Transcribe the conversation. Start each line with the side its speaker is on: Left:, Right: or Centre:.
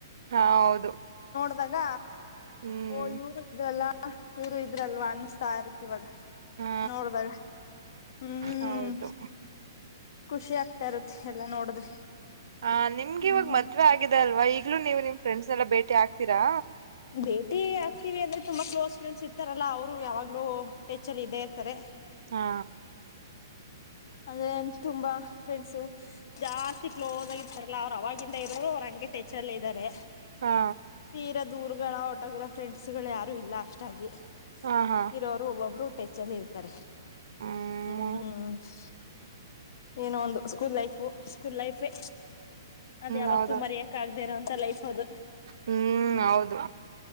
Right: ಹಾ, ಹೌದು...
Left: ಇವಾಗ
Right: ಹ್ಮ್
Left: ಓ ಇವರದಲ್ಲಾ. ಆ ಇವ್ರು ಇದ್ರಲ್ವಾ ಅನಸ್ತಾ ಇರತ್ತ ಇವಾಗ.
Right: ಹಾ
Left: ನೋಡಿದಾಗ ಹ್ಮು.
Right: ಹೌದು
Left: ಖುಷಿ ಆಗ್ತಾ ಇರುತ್ತ ಎಲ್ಲಾ ನೋಡಿದ್ರೆ.
Right: ಹಾ ನಿಮ್ಗೆ
Left: ಹ್ಮ್
Right: ಇವಾಗ ಮದ್ವೆ ಆಗಿದೆ ಅಲ್ ಅವ ಈಗ್ಲೂ ನೀವು ನಿಮ್ ಫ್ರೆಂಡ್ಸ್ನೆಲ್ಲ ಭೇಟಿ ಆಗ್ತೀರಾ.
Left: ಭೇಟಿ ಆಗ್ತೀವಿ ಅಂದ್ರೆ ತುಂಬಾ ಕ್ಲೋಸ್ ಫ್ರೆಂಡ್ಸ್ ಇರ್ತಾರಲ್ಲಾ ಅವ್ರು ಯಾವಾಗ್ಲೂ ಹೆಚ್ಚಲ್ಲಿ ಇದ್ದೇ ಇರ್ತಾರೆ.
Right: ಹಾ
Left: ಅದೇ ಅನಸ್ತು ತುಂಬಾ ಫ್ರೆಂಡ್ಸು ಜಾಸ್ತಿ ಕ್ಲೋಸ್ ಆಗಿರ್ತಾರಲ್ಲ ಅವರ ಅವಾಗಿಂದ ಇರೋರು ಅವ್ರ ಅಂಗೆ ಟೆಚ್ಚಲ್ಲೇ ಇದ್ದಾರೆ.
Right: ಹಾ
Left: ತೀರ ದೂರು <unintelligible> ಹೋರಟೋಗಿರೋ ಫ್ರೆಂಡ್ಸ್ಗಳ ಯಾರು ಇಲ್ಲ ಅಷ್ಟಾಗಿ.
Right: ಹಾ ಹಾ
Left: ಇರೋರು ಒಬ್ರು ಟೆಚ್ಚಲ್ಲಿ ಇರ್ತಾರೆ
Right: ಹ್ಮ್
Left: ಹ್ಮು. ಅಸ್ ಏನೋ ಒಂದು. ಸ್ಕೂಲ್ ಲೈಫು ಸ್ಕೂಲ್ ಲೈಫೇ ಅದ ಯಾವತ್ತು
Right: ಹೌದಾ
Left: ಮರೆಯಕ್ ಆಗಾದೆಯಿರೋವಂತ್ ತಲೈ ಹೌದು
Right: ಹ್ಮ್ ಹೌದೌದು ಹ್ಮ್ ಹೌದು